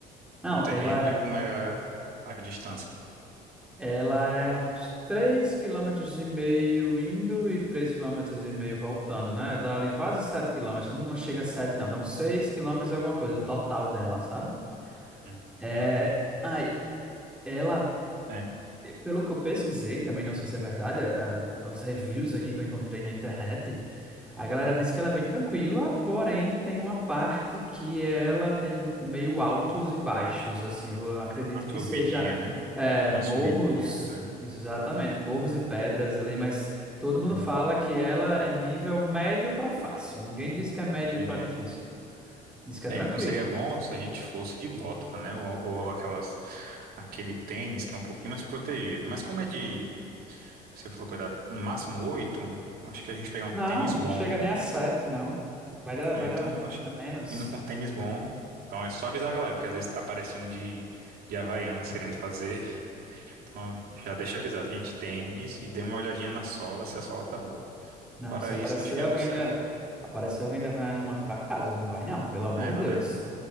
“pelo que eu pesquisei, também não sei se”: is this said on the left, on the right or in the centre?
Centre